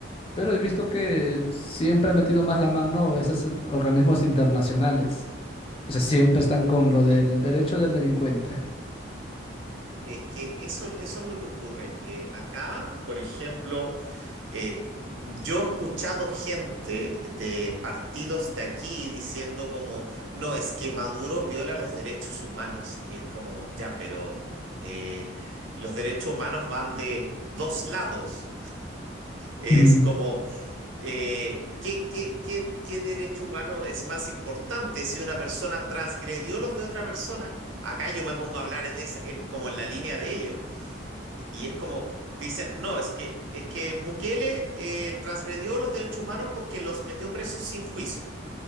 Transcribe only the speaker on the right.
Es que eso, eso es lo que ocurre. Eh, acá, por ejemplo, eh, yo he escuchado gente de partidos de aquí diciendo como, no, es que Maduro viola los derechos humanos. Y es como, ya, pero eh, los derechos humanos van de dos lados. Es
como, eh, ¿qué, qué, qué, qué derecho humano es más importante si una persona transgredió los de otra persona? Acá yo me pongo a hablar en esa, en, como en la línea de ellos. Y es como, dicen, no, es que, es que Bukele eh, transgredió los derechos humanos porque los metió presos sin juicio.